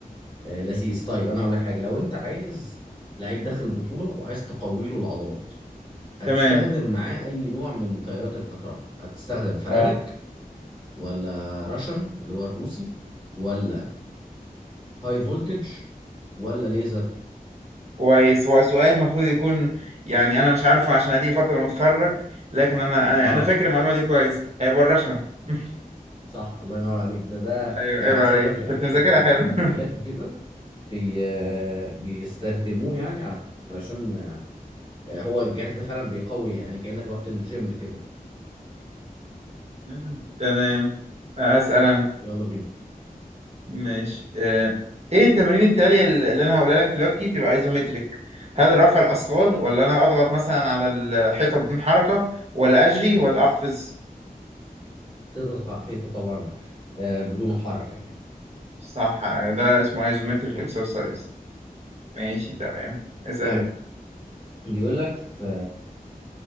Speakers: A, on the left; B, on the right.
A: آه، لذيذ طيب انا هقول لك حاجه لو انت عايز لعيب داخل البطوله وعايز تقوي له العضلات هتستخدم
B: تمام
A: معاه اي نوع من تيارات الكهرباء هتستخدم فلادك
B: أه
A: ولا راشن اللي هو الروسي ولا هاي فولتج ولا ليزر
B: كويس هو سؤال المفروض يكون يعني أنا مش عارفه عشان هدي فترة متخرج لكن أنا أنا
A: اه
B: أنا فاكر المعلومة دي كويس هيبقى الرشن <laughs>
A: صح الله ينور عليك ده ده
B: أيوه
A: يعني
B: عيب
A: عايز
B: عليك
A: اقول لك لعيبه
B: كنت مذاكرها
A: الأولمبي-
B: حلو
A: الاولمبيات وكده بي... آه، بيستخدموه يعني علشان آه، هو الجهاز ده فعلا بيقوي يعني كأنك رحت الجيم كده
B: <laughs> تمام أسأل أنا
A: يلا بينا
B: ماشي آه. ايه التمارين التالية اللي انا هقولها لك دلوقتي تبقى ايزومتريك هل رفع الاثقال ولا انا اضغط مثلا على الحيطة بدون حركة ولا اجري ولا اقفز
A: تضغط على الحيطة طبعا آه، بدون حركة يعني
B: صح يعني ده اسمه ايزومتريك
A: تمام
B: اكسرسايز ماشي تمام اسال
A: طيب
B: انت
A: بيقول لك في